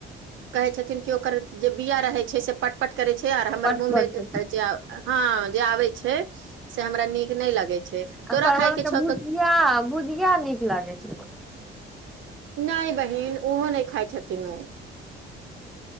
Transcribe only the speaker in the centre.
पट
पट
आ परवलके
भुजिया
भुजिया नीक लागै छै